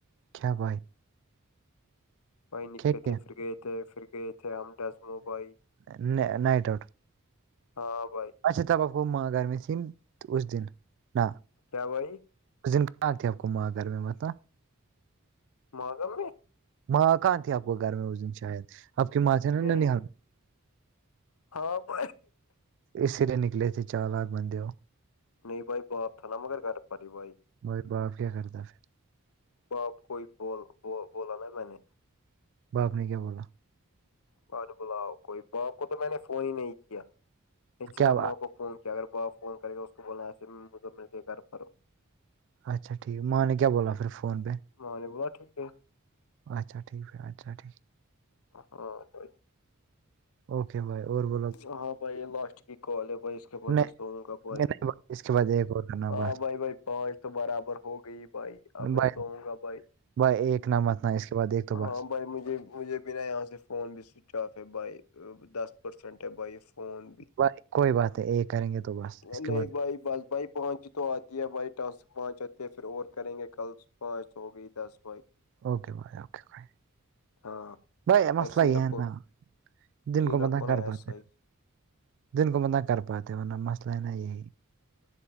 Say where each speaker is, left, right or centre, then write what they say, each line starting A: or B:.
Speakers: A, on the right; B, on the left.
A: کیا بھائے
B: بائی نکلے
A: کیا کیا
B: تھے پھر گئے تھے پھر گئے تھے امداز مبئی
A: اچھا نائٹ آؤٹ
B: ہاں بھائی
A: اچھا تب آپ کو م گھرمی تن اس دن نہ
B: کیا بھائی
A: دن کہاں آ کو ماں گھر میں مت
B: مگم میں
A: ماں کہاں تھی آپ کو گھر میں اس دن شاید آپ کی ماں تھھی نا
B: نہیں
A: ننال
B: نہیں ہاں پ
A: اسی لیے نکلے تھے چار لاکھ بندے ہو
B: نہیں بھائی باپ تھا نا مگر کر پی بھائی
A: م باپ کیا کرتا پھر
B: باپ کوئی بول بولا نا میں نے
A: باپ نے کیا بولا
B: ب بلاؤ کوئی با کو تو میں نے فون ہی نہیں کیا نچد
A: کیا با-
B: موقع فون کیا اگر بپ فون کرے اس کو بولنا ایسے مجھے مل کے گھر پر
A: اچھا ٹھیک ہے ماں نے کیا بولا پھر فون پہ
B: ماں نے بوا ٹھیک ہے
A: اچھا ٹھیک ہے اچھا ٹھیک
B: ہاں بھائی
A: اوکے بھائی اور ب
B: ہاں بھائی لاسٹ کی کال ہے بھائی اس ب
A: نہیں
B: میں سووں گا بھائی
A: نہیں اس کے بعد ایک اور کرنا
B: ہاں
A: بس
B: بھائی بھائی پانچ تو برابر ہو گئی بھائی آپ میں
A: بھائی
B: سوؤں گا بھائی
A: بھائی ایک نہ متنا اس کے بعد ایک تو
B: ہاں
A: بس
B: بھائی مجھے مجھے بنا یہاں سے فون بھی سوئچ آف ہے بائی دس بائی فون بھی
A: بھائی کوئی بات ہے ایک کریں گے تو بس اس
B: نہیں
A: کے بعد
B: بائی بس بائی پانچ تو آتی ہے بھائی ٹانسک پانچ آتی ہے پھر اور کریں گے کل پانچ تو ہو گئی دس بائی
A: اوکے بائے اوکے بائے
B: ہاں
A: بھائی
B: ایسے
A: مسئلہ
B: ہی
A: یہ
B: رکھو
A: ہے نا
B: روٹین
A: دن کو
B: رکھو
A: متع
B: نا
A: کر
B: ایسا
A: پاتے
B: ہی
A: دن کو میں نہ کر پاتے ورہ مسئلہ ہے نا یہی